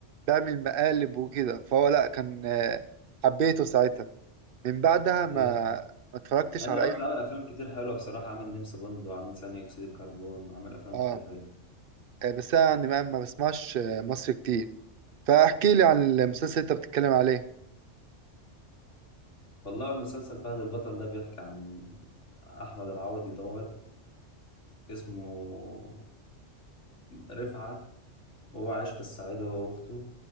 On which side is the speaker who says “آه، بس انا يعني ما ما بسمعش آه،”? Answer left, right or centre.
Right